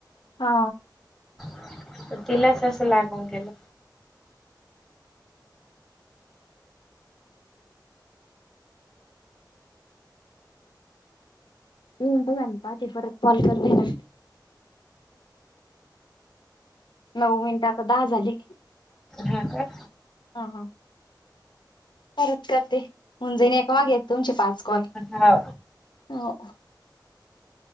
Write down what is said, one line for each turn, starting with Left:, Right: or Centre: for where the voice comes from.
Left: हा
Centre: <inaudible> तर तिलाच असं लागून गेलं
Left: <unintelligible> बला पाती परत कॉल करन नऊ मिनिट आता दहा झाल की
Centre: हा काय
Left: हा- हा करत करते हुंजणी एकामागे येतात तुमचे पाच कोण
Centre: हो
Left: <inaudible> हो